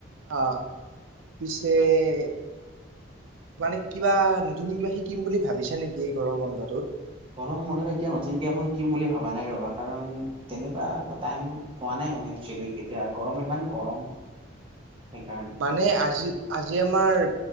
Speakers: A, on the right; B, on the right.
A: অ পিছে- মানে কিবা নতুন কিবা শিকিম বুলি ভাবিছা নেকি এই গৰম বন্ধটোত?
B: গৰম বন্ধত এতিয়া নতুনকে একো শিকিম বুলি ভাবা নাই ৰবা কাৰণ তেনেকুৱা একো টাইম পোৱা নাই। ভবা নাই একচুৱেলি এতিয়া গৰম ইমান গৰম
A: <inaudible>
B: সেইকাৰণে
A: মানে আজি আজি আমাৰ